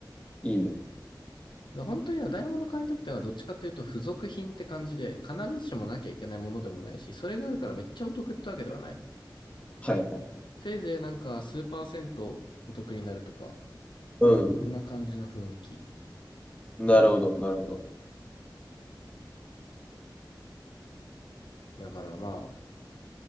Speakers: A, on the left; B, on the left.
A: いいね。
B: で本当にねダイヤモンド会員特典はどっちかというと、付属品って感じで、必ずしもなきゃいけないものでもないし、それがあるからめっちゃお得ってわけではない。
A: はいはいはい。
B: せいぜいなんか、数パーセントお得になるとか、
A: うん。
B: そんな感じの雰囲気。
A: なるほど、なるほど。
B: だからまあ、